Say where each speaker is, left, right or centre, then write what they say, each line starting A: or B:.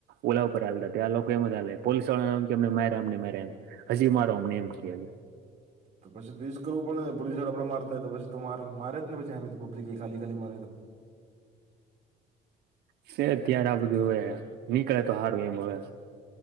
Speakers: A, on the right; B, on the right.
A: ઓલા ઉપર હાલતા ત્યા લોકો એમ જ પોલીસ વાળાને એમ કે અમને અમને મારે એમ. હજી મારો અમને એમ કે
B: તો પછી ઇસ કરવું પડે ને પોલીસવાળા આપને મારતા હોય તો પછી તો મારે મારે જને પછી હમેથી પબ્લિક એ ખાલી ખાલી મારે તો
A: શે અત્યારે આ બધું હવે નીકળે તો હારું એમ હવે.